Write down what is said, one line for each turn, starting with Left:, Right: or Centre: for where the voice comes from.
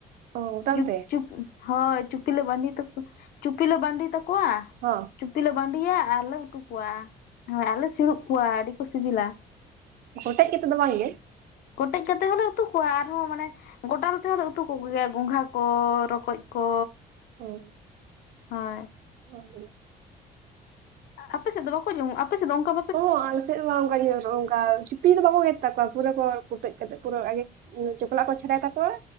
Right: ᱚ ᱛᱟᱢ
Left: ᱜᱩᱯ
Right: ᱛᱮ
Left: ᱪᱩᱯ ᱦᱳᱭ ᱪᱩᱯᱤᱞᱮ ᱵᱟᱸᱹᱰᱤ ᱛᱟᱠᱚ ᱪᱩᱯᱤᱞᱮ ᱵᱟᱸᱹᱰᱤ ᱛᱟᱠᱚᱣᱟ
Right: ᱦᱚᱸ
Left: ᱪᱩᱯᱤ ᱞᱮ ᱵᱟᱺᱫᱤᱭᱟ ᱟᱨ ᱞᱮ ᱩᱛᱩ ᱠᱚᱣᱟ ᱦᱳᱭ ᱟᱨᱞᱮ ᱥᱤᱲᱩᱵᱽ ᱠᱚᱣᱟ ᱟᱹᱰᱤ ᱠᱚ ᱥᱤᱵᱤᱞᱟ
Right: ᱠᱚᱢᱮᱡ ᱠᱟᱛᱮᱫ ᱫᱚ ᱵᱟᱝ ᱜᱮ
Left: ᱠᱚᱴᱮᱡ ᱠᱟᱛᱮ ᱦᱚᱸ ᱞᱮ ᱩᱛᱩ ᱠᱚᱣᱟ ᱟᱨᱦᱚᱸ ᱢᱟᱱᱮ ᱜᱚᱴᱟᱞ ᱛᱮ ᱦᱚᱸᱞᱮ ᱩᱛᱩ ᱠᱚᱜᱮᱭᱟ ᱜᱚᱸᱜᱷᱟ ᱠᱚ ᱨᱚᱠᱚᱡ ᱠᱚ
Right: ᱦᱳᱭ
Left: ᱦᱳᱭ
Right: <inaudible>
Left: ᱟᱯᱮ ᱥᱮᱫ ᱫᱚ ᱵᱟᱠᱚ ᱧᱟᱢᱚᱜ ᱟ ᱟᱯᱮᱥᱮᱜ ᱫᱚ ᱚᱝᱠᱟ
Right: ᱚ ᱟᱞᱮ ᱥᱮᱜ ᱚᱱᱠᱟᱜᱮ ᱱᱚᱼᱚᱝᱠᱟᱭ ᱪᱩᱯᱤ ᱫᱚ ᱵᱟᱠᱚ ᱜᱮᱫ ᱛᱟᱠᱚᱣᱟ ᱯᱩᱨᱟᱹ ᱠᱚ ᱠᱩᱴᱮᱡ ᱠᱟᱛᱮᱜ ᱯᱩᱨᱟᱹ ᱟᱜᱮ ᱩᱸ ᱪᱚᱠᱞᱟᱜ ᱠᱚ ᱪᱷᱟᱰᱟᱭ ᱛᱟᱠᱚᱣᱟ᱾